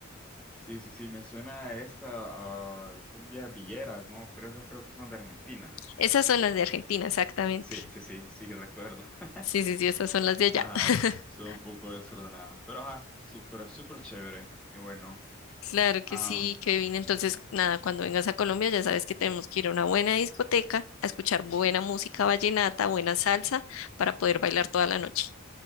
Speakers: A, in the centre; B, on the left.
A: Sí, sí, sí, me suena a esta, a cumbia villeras, ¿no? Pero esas creo que son de Argentinas.
B: Esas son las de Argentina, exactamente.
A: Sí, sí, sí, sí, recuerdo. <laughs>
B: Sí, sí, sí, esas son las de allá.
A: Ah,
B: <laughs>
A: son un poco desordenadas. Pero ajá, súper, súper chévere. Qué bueno.
B: Claro que
A: Ah,
B: sí, Kevin. Entonces, nada, cuando vengas a Colombia ya sabes que tenemos que ir a una buena discoteca a escuchar buena música vallenata, buena salsa para poder bailar toda la noche.